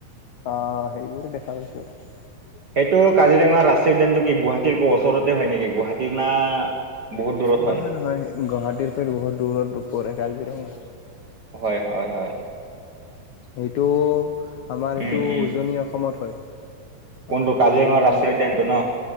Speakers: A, on the left; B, on the right.
A: অ সেইবোৰে দেখা পাইছো আৰু
B: সেইটো কাজিৰঙা ৰাষ্ট্ৰীয় উদ্যানটো কি গুৱাহাটীৰ ওচৰতে হয় নেকি গুৱাহাটীৰ না বহুত দূৰত
A: নহয়
B: হয়
A: নহয় গুৱাহাটীৰ পৰা বহুত দূৰত পৰে কাজিৰঙা
B: হয় হয় হয়
A: সেইটো আমাৰ সেইটো
B: উম উম
A: উজনি অসমত হয় আমিটো
B: কোনটো কাজিৰঙা
A: ব
B: ৰাষ্ট্ৰীয় উদ্যানটো ন